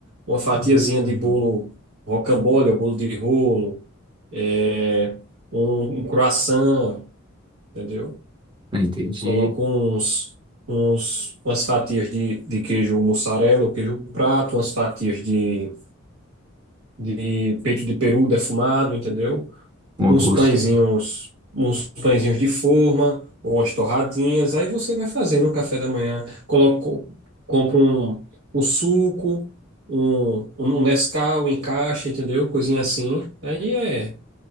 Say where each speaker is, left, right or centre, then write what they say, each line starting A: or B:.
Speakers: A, on the right; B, on the right.
A: uma fatiazinha
B: Hum,
A: de bolo rocambole, ou bolo de rolo, é, um, um croissant, entendeu?
B: ah, entendi.
A: Coloca uns, uns, umas fatias de, de queijo mussarela ou queijo prato, umas fatias de, de peito de peru defumado, entendeu?
B: Um
A: uns
B: gosto.
A: pãezinhos, uns pãezinhos de forma ou umas torradinhas. Aí você vai fazer no café da manhã. Coloca, compra um, um suco, um, um um Nescau em caixa, entendeu? Coisinha assim. Aí é